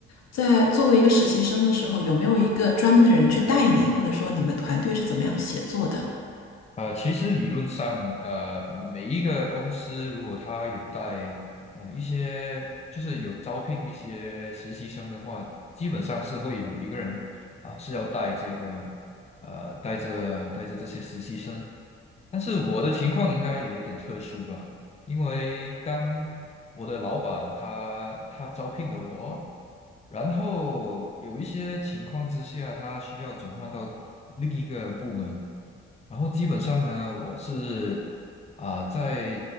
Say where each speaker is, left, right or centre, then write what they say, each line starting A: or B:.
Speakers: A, on the left (about 55°); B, on the left (about 20°).
A: 在作为一个实习生的时候，有没有一个专门的人去带你，或者说你们团队是怎么样写作的？
B: 呃，其实理论上，呃，每一个公司如果他有带呃一些，就是有招聘一些实习生的话，基本上是会有一个人啊、是要带这个呃带着带着这些实习生。但是我的情况应该有点特殊吧，因为刚我的老板他他招聘了我，然后有一些情况之下，他需要转换到另一个部门。然后基本上呢，我是啊、在